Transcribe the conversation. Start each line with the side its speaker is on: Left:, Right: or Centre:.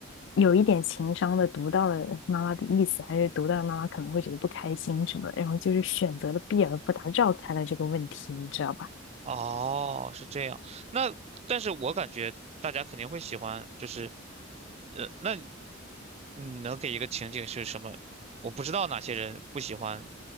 Left: 有一点情商的读到了妈妈的意思，还是读到了妈妈可能会觉得不开心什么的，然后就是选择了避而不答，绕开了这个问题，你知道吧？
Right: 哦，是这样。那但是我感觉大家肯定会喜欢，就是呃，那你能给一个情景是什么？我不知道哪些人不喜欢